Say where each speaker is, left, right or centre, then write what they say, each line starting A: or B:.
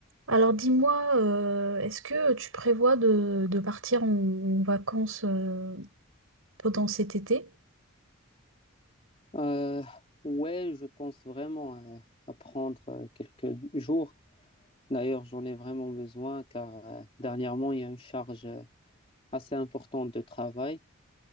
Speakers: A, on the right; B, on the left.
A: Alors dis-moi, euh, est-ce que tu prévois de, de partir en, en vacances euh, pendant cet été?
B: Euh, ouais, je pense vraiment euh, à prendre euh, quelques jours. D'ailleurs, j'en ai vraiment besoin car euh, dernièrement, il y a une charge euh, assez importante de travail.